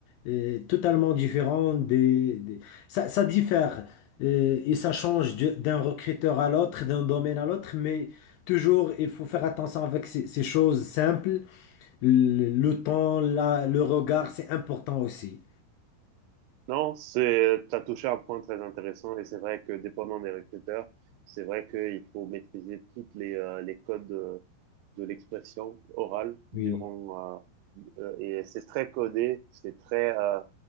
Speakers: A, on the left (about 80°); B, on the right (about 85°).
A: euh, totalement différent des, des- Ça, ça diffère euh, et ça change du- d'un recruteur à l'autre, d'un domaine à l'autre, mais toujours, il faut faire attention avec ces, ces choses simples. Le, le temps, la- le regard, c'est important aussi.
B: non, c'est, t'as touché un point très intéressant et c'est vrai que dépendant des recruteurs, c'est vrai qu'il faut maîtriser toutes les, euh, les codes de, de l'expression orale durant,
A: Oui,
B: euh, euh, et c'est très codé, c'est très, euh,